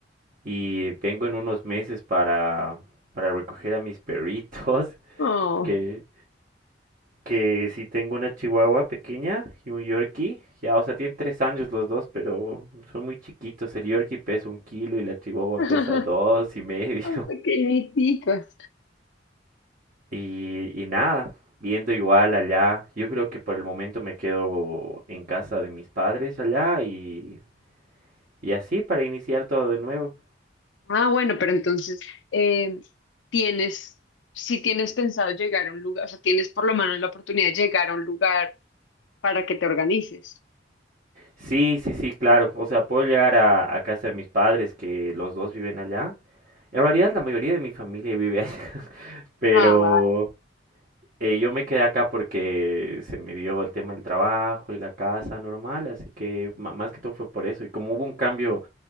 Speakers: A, on the right; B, on the left.
A: y vengo en unos meses para, para recoger a mis perritos, <laughs>
B: Oh.
A: que, que sí tengo una chihuahua pequeña y un yorkie. Ya, o sea, tienen tres años los dos, pero son muy chiquitos. El yorkie pesa un kilo y la chihuahua
B: <laughs>
A: pesa dos y medio.
B: Son pequeñiticos.
A: Y, y nada, viendo igual allá, yo creo que por el momento me quedo en casa de mis padres allá y, y así para iniciar todo de nuevo.
B: Ah, bueno, pero entonces, eh, tienes, si tienes pensado llegar a un lugar, o sea, tienes por lo menos la oportunidad de llegar a un lugar para que te organices.
A: Sí, sí, sí, claro. O sea, puedo llegar a, a casa de mis padres, que los dos viven allá. En realidad la mayoría de mi familia vive allá, <laughs> pero
B: Ah, vale.
A: eh, yo me quedé acá porque se me dio el tema del trabajo y la casa normal, así que ma- más que todo fue por eso. Y como hubo un cambio